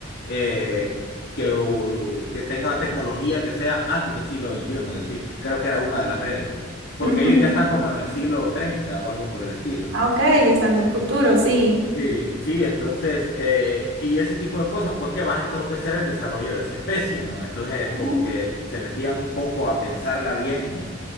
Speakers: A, on the left (about 55°); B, on the right (about 85°).
A: eh, que, u- que tenga tecnología que sea antes del siglo XXI, decir, creo que era una de las reglas, porque
B: <laughs>
A: ellos ya están como en el siglo 30 o algo por el estilo.
B: Ok, están del futuro, sí.
A: Sí, sí, entonces, eh, y ese tipo de cosas, porque vas a entorpecer el desarrollo de esa especie, ¿no? Entonces,
B: Ujú.
A: como que se metían un poco a pensarla bien